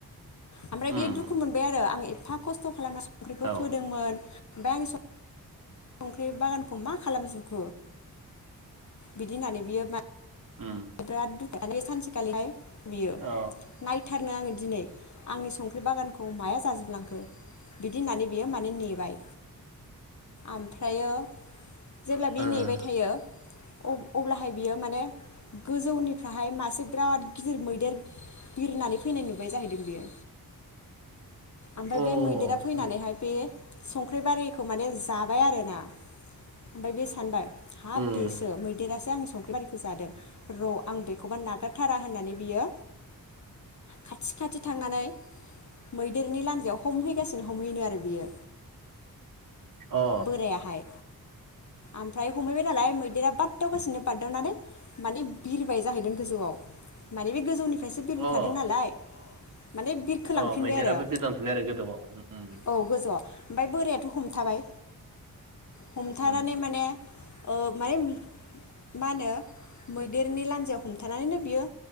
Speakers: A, on the left (about 50°); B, on the right (about 55°).
A: ओमफ्राय
B: अ उम
A: बियो दुखु मोनबाय आरो आं एफा खस्थ खालामना संख्रिखौ
B: औ
A: फोदोंमोन ओमफाय आं संख्रि बागानखौ मा खालाम जोबखो बिदि होननानै बियो मा
B: ओम
A: <unintelligible> सानसेखालिहाय बियो
B: औ
A: नायथारनो आङो दिनै आंनि संख्रि बागानखौ औ माया जाजोबलांखो बिदि होननानै बियो माने नेबाय ओमफ्रायो जेब्ला बियो
B: उम
A: नेबाय थायो अ-अब्लाहाय बियो माने गोजौनिफ्रायाहाय मासे बिराद गिदिर मैदेर बिरनानै फैनाय नुबाय जाहैदों बेयो ओमफाय
B: ओ
A: बे मैदेरा
B: अ
A: फैनानैहाय
B: उम
A: बे संख्रि बारिखौ माने जाबाय आरोना ओमफाय बे सानबाय हाब
B: उम
A: बेसो मैदेरासो आंनि संख्रि बारिखौ जादों र आं बेखौबा नागारथारा होननानै बियो खाथि खाथि थांनानै मैदेरनि लान्जायाव हमहैगासिनो हमहैनो आरो बियो
B: अ
A: बोरायाहाय ओमफ्राय हमहैबाय नालाय मैदेरा बारदावगासिनो बारदाव ननानै माने बिरबाय जाहैदों गोजौआव माने बे गोजौनिफ्रायसो बिरबोखादों
B: अ
A: नालाय माने बिरखोलांफिनबाय
B: अ मैदेराबो
A: आरो
B: बिरलांफिनो आरो गोदौआव उम
A: औ गोजौआव ओमफ्राय बोरायाथ हमथाबाय हमथानानै
B: उम
A: माने ओ माने मा होनो मै मैदेरनि लान्जायाव हमथानानैनो बियो